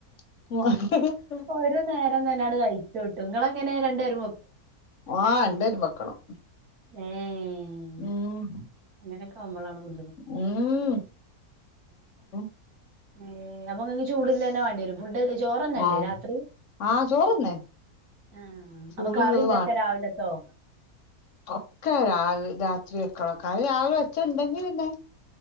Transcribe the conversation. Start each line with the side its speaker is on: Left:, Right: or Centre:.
Left: ആഹ്
Right: ഒരു നേരം തന്നെട് കഴ ചൂട്ടു ങ്ങളെങ്ങനെ രണ്ടേരും
Left: ആഹ് രണ്ടേരം വെക്കണം
Right: ഏഹ്
Left: ഉം
Right: അങ്ങനൊക്കാവുമ്പളാണ് ബു
Left: ഏഹ് <unintelligible>
Right: ഏഹ് അപ്പൊ ങ്ങക്ക് ചൂട്ള്ളന്നെ വാണ്ടിവരും ഫുഡ് ചോറന്നെല്ലേ
Left: ആഹ്
Right: രാത്രി
Left: ആഹ് ചോറന്നെ
Right: ആഹ്
Left: ചൂടുള്ളത്
Right: അപ്പൊ കറി ന്താക്ക രാവിലത്തോ
Left: ഒക്ക രാ രാ ത്രി വെക്കണം കറി രാവിലെ വെച്ച ണ്ടെങ്കി പിന്നെ